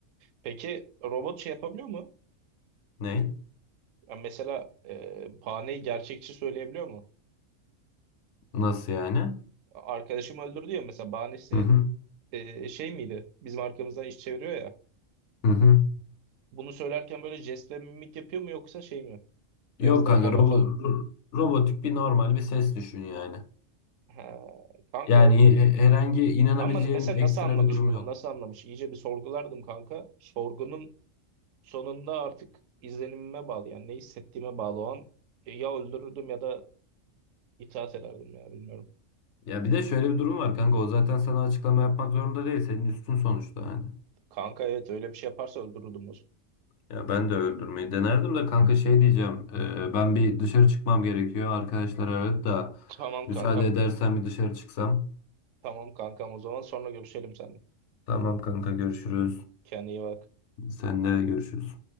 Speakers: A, on the right; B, on the left.
A: Peki robot şey yapabiliyor mu?
B: Ne?
A: Yani mesela e, bahaneyi gerçekçi söyleyebiliyor mu?
B: Nasıl yani?
A: Arkadaşım öldürdü ya mesela bahanesi
B: Hı hı.
A: e, şey miydi? Bizim arkamızdan iş çeviriyor ya.
B: Hı hı.
A: Bunu söylerken böyle jest ve mimik yapıyor mu yoksa şey mi? Biraz
B: Yok
A: daha
B: kanka
A: monoton
B: robo-
A: mu?
B: ro- robotik bir normal bir ses düşün yani.
A: Ha, kanka
B: Yani
A: orada
B: he- herhangi inanabileceğim
A: ama mesela
B: ekstra
A: nasıl anlamış
B: bir durum
A: bunu?
B: yok.
A: Nasıl anlamış? İyice bir sorgulardım kanka. Sorgunun Sonunda artık izlenimime bağlı yani ne hissettiğime bağlı o an. E, ya öldürürdüm ya da itaat ederdim ya bilmiyorum.
B: Ya bir de şöyle bir durum var kanka o zaten sana açıklama yapmak zorunda değil senin üstün sonuçta yani.
A: Kanka evet öyle bir şey yaparsa öldürürdüm o zaman.
B: Ya ben de öldürmeyi denerdim de kanka şey diyeceğim. e, ben bir dışarı çıkmam gerekiyor. Arkadaşlar aradı da
A: <laughs> Tamam
B: müsaade
A: kankam.
B: edersen bir dışarı çıksam.
A: Tamam kankam o zaman sonra görüşelim seninle.
B: Tamam kanka görüşürüz.
A: Kendine iyi bak.
B: Sen de görüşürüz.